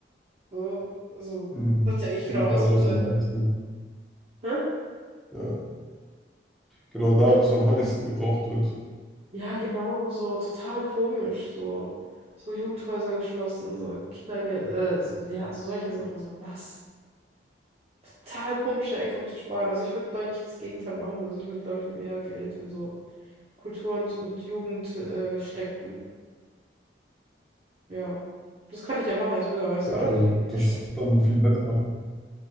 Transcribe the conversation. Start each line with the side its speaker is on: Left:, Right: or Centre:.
Right: So, also,
Centre: Mhm.
Right: das sollte ja eigentlich
Centre: Genau
Right: genau andersrum
Centre: da, wo es
Right: sein.
Centre: am meisten,
Right: Hä?
Centre: ja, genau da, wo es am meisten gebraucht wird.
Right: Ja, genau, so total komisch, so so Jugendhäuser geschlossen, so Kindergeld, äh, so, ja, so solche Sachen, so was? Total komische Ecke, um zu sparen. Also ich würde eigentlich das Gegenteil machen, also ich würde, glaube ich, mehr Geld in so Kultur und, und Jugend äh, stecken. Ja, das kann ich ja machen als Bürgermeister,
Centre: Ja,
Right: oder?
Centre: also
Right: Ich denke
Centre: das
Right: schon.
Centre: ist dann viel besser.